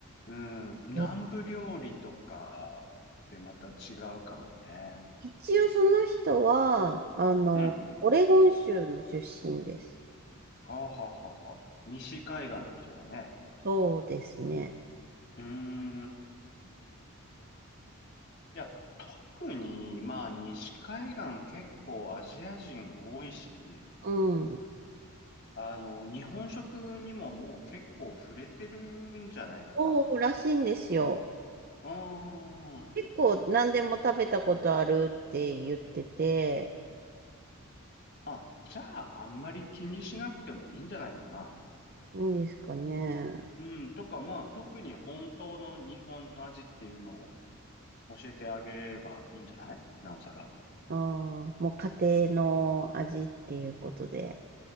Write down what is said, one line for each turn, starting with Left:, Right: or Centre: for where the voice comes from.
Left: うん、南部料理とかってまた違うかもね。
Right: え一応その人は、あの、
Left: うん。
Right: オレゴン州の出身です。
Left: はあ、はあはあはあ、西海岸の人だね。
Right: そうですね。
Left: うーん。いや、特に、まあ、西海岸結構アジア人多いし、
Right: うん。
Left: あの、日本食にももう結構触れてるんじゃないかな。
Right: そうらしいんですよ。
Left: うーん。
Right: 結構何でも食べたことあるって言ってて、
Left: あ、じゃあ、あんまり気にしなくてもいいんじゃないかな。
Right: いいんですかね。
Left: うん、とか、まあ、特に本当の日本の味っていうのを教えてあげれればいいんじゃないなおさら。
Right: ああ、もう家庭の味っていうことで